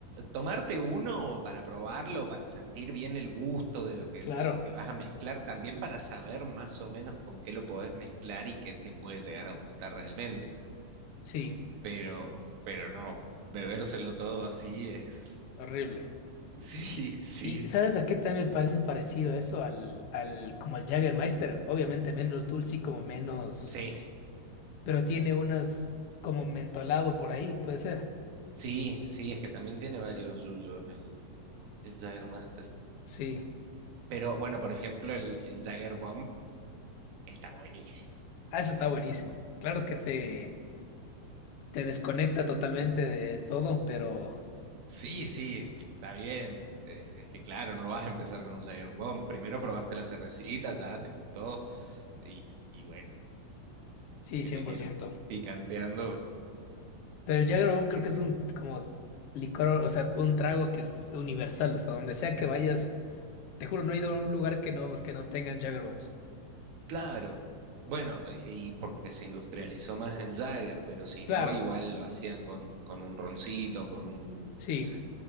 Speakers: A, on the right; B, on the left.
A: Tomarte uno para probarlo, para sentir bien el gusto de lo que,
B: Claro,
A: de lo que vas a mezclar, también para saber más o menos con qué lo podés mezclar y qué te puede llegar a gustar realmente.
B: sí,
A: Pero, pero no, bebérselo todo así es. <laughs>
B: horrible.
A: Sí, sí,
B: ¿Y
A: sí.
B: sabes a qué también me parece parecido eso? Al, al, como al Jägermeister. Obviamente menos dulce y como menos.
A: Sí,
B: Pero tiene unas como mentolado por ahí, puede ser.
A: sí, sí, es que también tiene varios yuyos el, el Jägermeister.
B: Sí.
A: Pero bueno, por ejemplo, el, el Jäger Bomb está buenísimo.
B: Ah, eso está buenísimo. Claro que te, te desconecta totalmente de todo, pero
A: Sí, sí, está bien. Eh, es que claro, no vas a empezar con un Jagger Bomb. Primero probaste la cervecita, ya te gustó. Y, y bueno,
B: sí,
A: lo querés
B: 100%.
A: ir picanteando.
B: Pero el Jäger
A: <laughs>
B: Bomb creo que es un como licor, o sea, un trago que es universal. O sea, donde sea que vayas, te juro, no he ido a un lugar que no, que no tengan Jägerbombs.
A: Claro. Bueno, y y porque se industrializó más el Jagger, pero si
B: Claro,
A: no, igual lo hacían con, con un roncito, con un,
B: sí,
A: no sé,